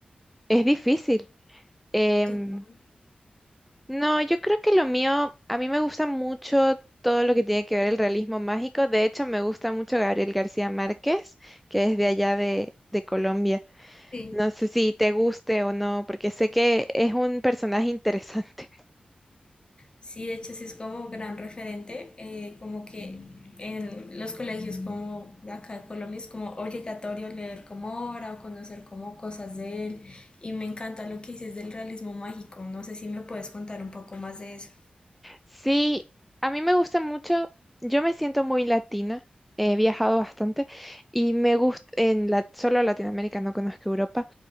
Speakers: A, in the centre; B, on the left.
A: es difícil. Em,
B: Total.
A: no, yo creo que lo mío, a mí me gusta mucho todo lo que tiene que ver el realismo mágico. De hecho, me gusta mucho Gabriel García Márquez, que es de allá de de Colombia.
B: Sí.
A: No sé si te guste o no, porque sé que es un personaje interesante. <laughs>
B: Sí, de hecho sí es como gran referente, eh, como que en los colegios como de acá de Colombia es como obligatorio leer como obra o conocer como cosas de él. Y me encanta lo que dices del realismo mágico. No sé si me puedes contar un poco más de eso.
A: Sí, a mí me gusta mucho. Yo me siento muy latina. He viajado bastante y me gusta en la, solo Latinoamérica, no conozco Europa.